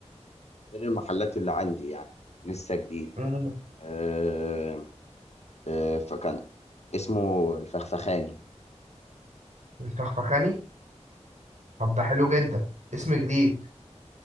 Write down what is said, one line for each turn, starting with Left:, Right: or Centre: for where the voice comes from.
Left: غير المحلات اللي عندي يعني لسه جديد
Right: مم.
Left: آه، آه، فكان اسمه الفخفخاني
Right: الفخفخاني طب ده حلو جدا اسم جديد